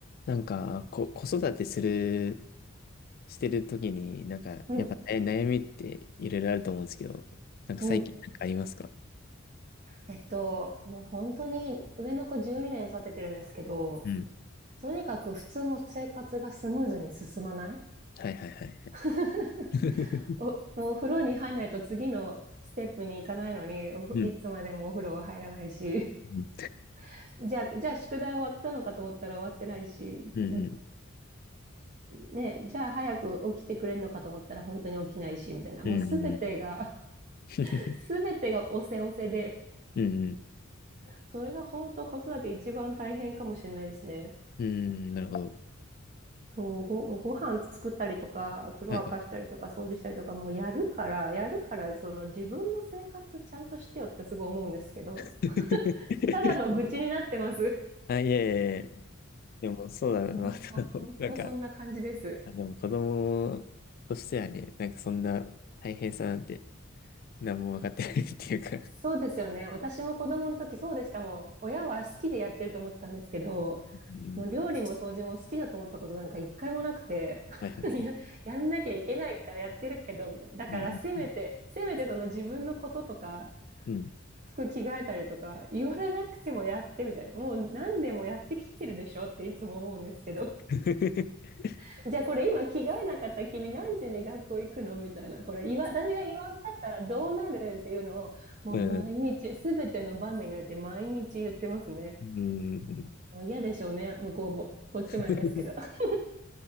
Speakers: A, on the left; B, on the right.
A: なんか、こ、子育てする、してるときに、なんか、
B: うん、
A: やっぱ、え、悩みっていろいろあると思うんですけど、なんか最近なんかありますか
B: うん。えっと、もう本当に上の子12年育ててるんですけど、
A: うん。
B: とにかく普通の生活がスムーズに進まない
A: はいはいはいは
B: <laughs>
A: い。<laughs>
B: お、もうお風呂に入らないと次のステップに行かないのに、おふいつまでもお風呂は入らないし、
A: うん。うん。
B: <laughs> じゃあ、じゃあ宿題終わったのかと思ったら終わってないし、
A: うん。
B: んね、じゃあ早く起きてくれるのかと思ったら本当に起きないし、みたいな、
A: うん。
B: もうすべてが、
A: うん。<laughs>
B: <laughs> すべてがおせおせで、
A: うん。
B: それが本当子育て一番大変かもしれないですね。
A: うんなるほど。
B: そう、ご、ご飯作ったりとか、風呂沸かしたりとか、
A: はいはい。
B: 掃除したりとか、もうやるから、やるから、その自分の生活ちゃんとしてよってすごい思うんですけど、
A: <laughs>
B: ただの愚痴になってます。
A: あ、いやいやいや。でも、そうだな。
B: 本当、
A: <laughs>
B: 本当そんな感じです。
A: なんか、あ、でも子供としてはね、なんかそんな大変さなんて、何も分かってないっていうか。
B: そうですよね。私も子供の時そうでしたもん。親は好きでやってると思ってたんですけど、
A: うん。
B: もう料理も掃除も好きだと思ったことなんか一回もなくて、<laughs>
A: はいはいはい。
B: ややんなきゃいけないからやってるけど、みたいな。だからせめて、
A: うん。うん。
B: せめてその自分のこととか、
A: うん
B: 服着替えたりとか言われなくてもやってみたいなもう何年もやってきてるでしょっていつも思うんですけど
A: <laughs>
B: <laughs> じゃあこれ今着替えなかった君何時に学校行くのみたいなこれ言わ私が言わんかったらどうなるんっていうのをもう毎日全ての場面において毎日言ってますね
A: うんうん。
B: もう嫌でしょうね向こうもこっちも嫌ですけど
A: <laughs>
B: <laughs>